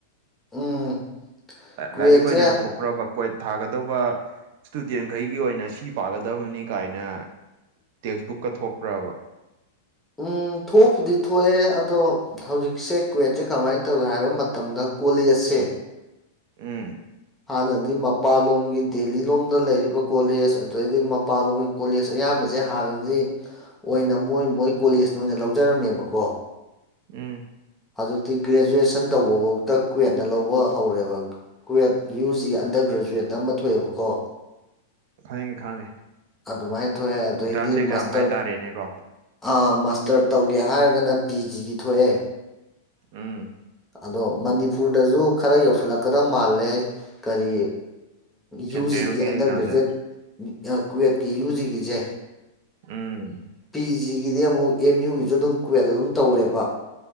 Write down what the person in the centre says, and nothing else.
ꯎꯝ ꯀ꯭ꯋꯦꯠꯁꯦ
ꯎꯝ ꯊꯣꯛꯄꯨꯗꯤ ꯊꯣꯛꯑꯦ ꯑꯗꯣ ꯍꯧꯖꯤꯛꯁꯦ ꯀ꯭ꯋꯦꯠꯁꯦ ꯀꯃꯥꯏꯅ ꯇꯧꯏ ꯍꯥꯏꯕ ꯃꯇꯝꯗ ꯀꯣꯂꯦꯖꯁꯦ
ꯑꯗꯗꯤ ꯃꯄꯥꯟ ꯂꯣꯝꯒꯤ ꯗꯦꯜꯂꯤ ꯂꯣꯝꯗ ꯂꯩꯔꯤꯕ ꯀꯣꯂꯦꯖ ꯑꯗꯒꯤ ꯃꯄꯥꯟ ꯂꯣꯝꯒꯤ ꯀꯣꯂꯦꯖ ꯑꯌꯥꯝꯕꯁꯦ ꯍꯥꯟꯅꯗꯤ
ꯑꯣꯏꯅ ꯃꯣꯏ ꯃꯣꯏ ꯀꯣꯂꯦꯖꯅ ꯑꯣꯏꯅ ꯂꯧꯖꯔꯝꯃꯦꯕꯀꯣ
ꯍꯧꯖꯤꯛꯇꯤ ꯒ꯭ꯔꯦꯖꯨꯑꯦꯁꯟ ꯇꯧꯕꯐꯥꯎꯗ ꯀ꯭ꯋꯦꯠꯅ ꯂꯧꯕ ꯍꯧꯔꯦꯕ ꯀ꯭ꯨꯋꯦꯠ ꯌꯨ ꯖꯤ ꯑꯟꯗꯔ ꯒ꯭ꯔꯦꯖꯨꯋꯦꯠꯅ ꯑꯃ ꯊꯣꯛꯑꯦꯕꯀꯣ
ꯑꯗꯨꯃꯥꯏ ꯊꯣꯛꯑꯦ ꯑꯗꯩꯗꯤ
ꯃꯁꯇꯔꯠ
ꯑ ꯃꯥꯁꯇꯔ ꯇꯧꯒꯦ ꯍꯥꯏꯔꯒꯅ ꯄꯤ ꯖꯤꯒꯤ ꯊꯣꯛꯑꯦ
ꯑꯗꯣ ꯃꯅꯤꯄꯨꯔꯗꯁꯨ ꯈꯔ ꯌꯧꯁꯤꯜꯂꯛꯀꯗ ꯃꯥꯜꯂꯦ ꯀꯔꯤ
ꯌꯨ ꯖꯤꯒꯤ ꯑꯟꯗꯔ
ꯒ꯭ꯔꯦꯖꯨꯋꯦꯠ ꯀꯨꯋꯦꯠꯀꯤ ꯌꯨ ꯖꯤꯒꯤꯁꯦ
ꯄꯤ ꯖꯤꯒꯤꯗꯤ ꯑꯃꯨꯛ ꯑꯦꯝ ꯌꯨꯒꯤꯁꯨ ꯑꯗꯨꯝ ꯀꯨꯋꯦꯠ ꯑꯗꯨꯝ ꯇꯧꯔꯦꯕ